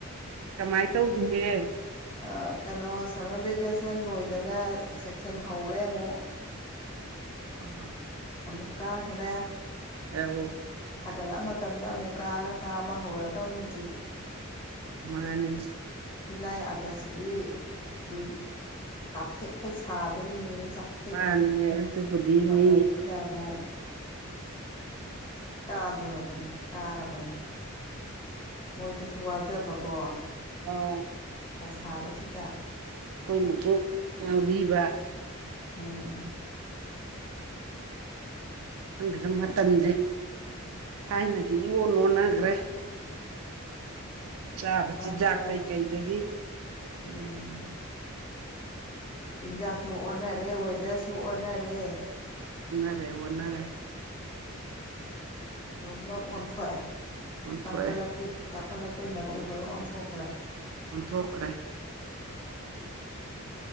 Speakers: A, on the right; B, on the left.
A: ꯀꯃꯥꯏ ꯇꯧꯔꯤꯒꯦ
B: ꯑ ꯀꯩꯅꯣ ꯁꯝꯃꯔ ꯚꯦꯀꯦꯁꯟ ꯂꯣꯏꯗꯅ ꯁꯦꯛꯁꯟ ꯍꯧꯔꯦ ꯑꯃꯨꯛ꯫
A: ꯑꯣ
B: ꯑꯃꯨꯛ ꯀꯥꯈꯔꯦ
A: ꯑꯦꯍꯣ
B: ꯁꯥꯒꯠꯂꯛꯑ ꯃꯇꯝꯗ ꯑꯃꯨꯛ ꯀꯥꯔ ꯀꯥꯕ ꯍꯧꯔꯗꯧꯅꯤ ꯍꯧꯖꯤꯛ꯫
A: ꯃꯥꯅꯤ
B: ꯖꯨꯂꯥꯏ ꯑꯒꯁꯁꯤꯗꯤ ꯍꯥꯏꯗꯤ ꯀꯥꯊꯦꯛꯈꯩ ꯁꯥꯗꯨꯏꯔꯤꯕꯅꯦꯕ ꯆꯥꯛ ꯇꯦꯛꯈꯩ
A: ꯃꯥꯅꯦ ꯑꯗꯨꯕꯨꯗꯤ
B: ꯁꯤ ꯃꯇꯝꯁꯤꯗ
A: ꯃꯤ
B: ꯑꯃꯨꯛ ꯀꯥꯗꯧꯔꯕꯅꯤ ꯀꯥꯔꯕꯅꯤ ꯃꯣꯏꯗꯁꯨ ꯋꯥꯖꯕꯀꯣ
A: ꯑꯧ
B: ꯅꯨꯡꯁꯥ ꯁꯥꯕꯁꯤꯗ
A: ꯑꯈꯣꯏꯅꯖꯨ ꯉꯥꯡꯕꯤꯕ
B: ꯎꯝ
A: ꯈꯪꯗꯦꯗ ꯃꯇꯝꯁꯦ ꯊꯥꯏꯅꯒ ꯏꯌꯣꯟ ꯑꯣꯟꯅꯒ꯭ꯔꯦ꯫ ꯆꯥꯕ
B: ꯃꯥꯅꯤ
A: ꯆꯤꯟꯖꯥꯛ
B: ꯃꯥꯅꯤ
A: ꯇꯩ ꯀꯩꯗꯒꯤ
B: ꯎꯝ ꯆꯤꯟꯖꯥꯛꯁꯨ ꯑꯣꯟꯅꯔꯦ ꯋꯦꯗꯔꯁꯨ ꯑꯣꯟꯅꯔꯦ꯫
A: ꯑꯣꯟꯅꯔꯦ ꯑꯣꯟꯅꯔꯦ
B: ꯂꯣꯏꯃꯛ ꯑꯣꯟꯊꯣꯛꯑꯦ
A: ꯑꯣꯟꯊꯣꯛꯑꯦ
B: ꯆꯥꯎꯈꯠꯂꯛꯀꯤꯞ ꯆꯥꯎꯈꯠꯂꯛꯄꯩ ꯃꯇꯤꯛ ꯂꯣꯏ ꯑꯣꯟꯊꯣꯛꯈ꯭ꯔꯦ꯫
A: ꯑꯣꯟꯊꯣꯛꯈ꯭ꯔꯦ
B: ꯎꯝ